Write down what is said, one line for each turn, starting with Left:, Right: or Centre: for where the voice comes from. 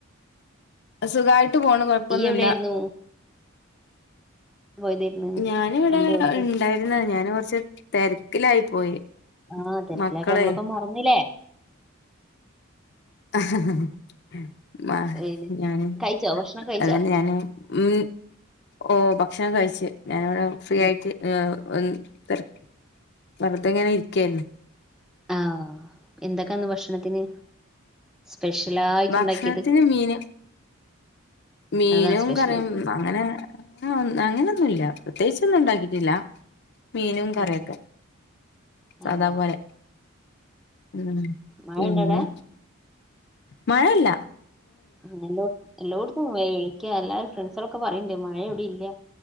Left: സുഖായിട്ട് പോണ് കൊഴപ്പൊന്നുല്ല
Centre: ഇയ്യ് എവിടെയായിരുന്നു പോയതായിരുന്നു
Left: ഞാന് ഇവിടെ
Centre: രണ്ടു ദിവസം
Left: ഉണ്ടായിരുന്ന ഞാന് കുറച്ച് തിരക്കിലായി പോയി
Centre: ആഹ് തിരക്കിലായപ്പൊ
Left: മക്കളെ
Centre: നമ്മളൊക്കെ മറന്നില്ലേ
Left: <inaudible> മ്മ്
Centre: ഏത്
Left: ഞാനും
Centre: കഴിച്ചോ ഭക്ഷണം കഴിച്ചോ
Left: അത് തന്നെ ഞാനും ഉം ഓ ഭക്ഷണം കഴിച്ചു. ഞാനിവിടെ ഫ്രീ
Centre: ഉം.
Left: ആയിട്ട് ഒ വെറു വെറുതെ ഇങ്ങനെ ഇരിക്കുകയായിരുന്നു.
Centre: ആഹ് എന്തൊക്കെയുണ്ട് ഭക്ഷണത്തിന് സ്പെഷ്യലായിട്ട്
Left: ഭക്ഷണത്തിന്
Centre: ഉണ്ടാക്കിയത്.
Left: മീന് മീനും
Centre: അതാ സ്പെഷ്യൽ
Left: കറിയും അങ്ങനെയിങ്ങനെ പോന്നു. അങ്ങനെയൊന്നുമില്ല, പ്രത്യേകിച്ച് ഒന്നും ഉണ്ടാക്കിയിട്ടില്ല. മീനും
Centre: അങ്ങനെ
Left: കറിയൊക്കെ സദാപോലെ
Centre: ഉം
Left: ഉം
Centre: മഴ
Left: പിന്നെ
Centre: ഉണ്ടോ അവിടെ
Left: മഴയില്ല
Centre: ആ ലോ ലോടത്ത വ <unintelligible> എല്ലാരും ഫ്രണ്ട്സൊക്കെ പറയണുണ്ട് മഴയിവിടെയില്ല